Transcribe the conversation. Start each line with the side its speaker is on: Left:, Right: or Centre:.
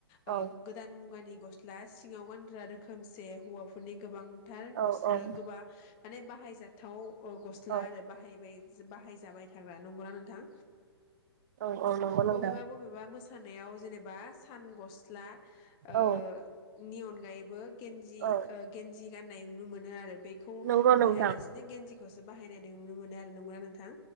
Right: औ
Left: ओ गोदान मुगानि गस्ला सिङाव गानग्रा रोखोमसे हौवाफोरनि गोबां थार
Right: औ
Left: गस
Right: औ
Left: गोबा माने बाहायजाथाव अ गस्ला
Right: औ
Left: आरो बाहायबाय जो बाहायजाबाय जाग्रा नंगौना नोंथां?
Right: औ औ नंगौ नोंथां
Left: बबेबा बबेबा मोसानायाव जेनेबा सान गस्ला ओ
Right: औ
Left: नि अनगायैबो गेन्जि
Right: औ
Left: ओ गेन्जि गाननाय नुनो मोनो आरो बेखौ
Right: नंगौ नोंथां
Left: बाहायालासेनो गेन्जि खौसो बाहायनाय नुनो मोनो आरो नंगौना नोंथां